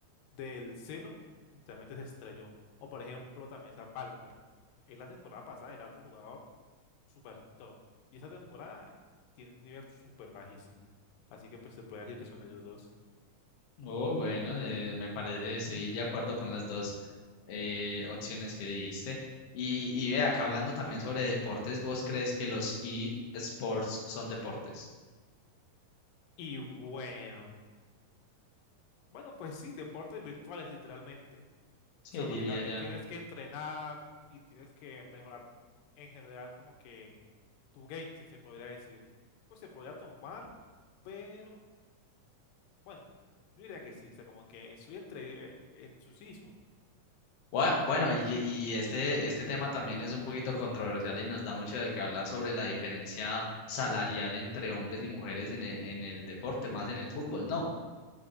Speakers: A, on the left; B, on the left.
A: del cielo, literalmente se estrelló. O por ejemplo, también está Palmer. en la temporada pasada era otro jugador super top. Y esta temporada tiene un nivel super bajísimo. Así que pues se puede decir que son ellos dos.
B: Oh, bueno, eh, me parece, estoy de acuerdo con las dos eh, opciones que diste. Y, y ve, acá hablando también sobre deportes, ¿vos crees que los eSports son deportes?
A: Y bueno, bueno, pues sí, deportes virtuales literalmente.
B: Sí,
A: O sea,
B: diría
A: porque también
B: ya.
A: tienes que entrenar y tienes que mejorar en general como que tu game, se se podría decir. Pues se podría tomar, pero bueno, yo diría que sí, o sea, como que estoy entre en su sí
B: Bua- Bueno, y, y este, este tema también es un poquito controversial y nos da mucho de qué hablar sobre la diferencia salarial entre hombres y mujeres en el, en el deporte, más en el fútbol, ¿no?